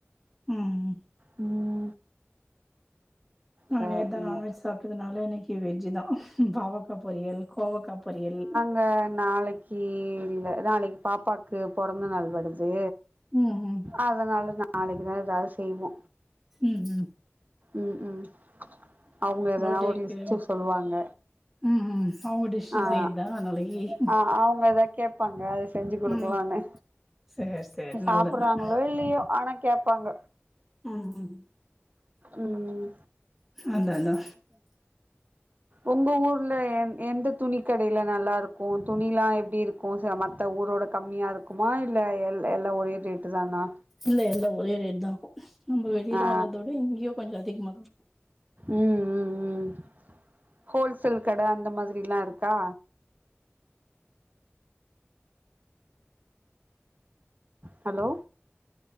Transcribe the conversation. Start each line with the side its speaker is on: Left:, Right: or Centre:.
Centre: ம்
Right: ம்
Centre: நா
Right: சரிங்க
Centre: நேத்துதா நான்வெஜ் சாப்ட்டதுனால இன்னிக்கு வெஜுதா பாவக்கா பொரியல், கோவக்கா பொரியல்,
Right: வ நாளைக் கி இல்ல நாளைக்கு பாப்பாக்கு பொறந்த நாள் வருது
Centre: ம் ம்
Right: அதனாலதா நாளைக்குதா எதாவ்து செய்வோ
Centre: ம் ம்
Right: ம் ம் அவுங்க எதனா
Centre: பர்த்டேக்கு
Right: ஒரு லிஸ்ட் சொல்லுவாங்க
Centre: ம் ம் அவங்க டிஷ்ஷு
Right: ஆ அ
Centre: செய்தா நாளைக்கி
Right: ஆ அவுங்க எதா கேப்பாங்க அது செஞ்சு குடுக்கலானு
Centre: ம் சேர் சேர்
Right: சாப்புறாங்களோ
Centre: நல்லதுதான்
Right: இல்லையோ ஆனா கேப்பாங்க
Centre: ம் ம்
Right: ம் ம்
Centre: அந்தனா
Right: ஒங்க ஊருல எந் எந்த துணி கடைல நல்லா இருக்கு துணிலா எப்டி இருக் கு செ மத்த ஊரோட கம்மியா இருக்குமா இல்ல எல் எல்லா ஒரே ரேட்டு தானா
Centre: இல்ல இல்ல ஒரே ரேட்தா இருக்கு நம்ப வெளில
Right: ஆ
Centre: வாங்கறத விட இங்கேயு கொஞ்சோ அதிகமாதா
Right: ம் ம் ம் ஹோல்சேல் கட அந்த மாதிரில்லா‌ இருக்கா ஹலோ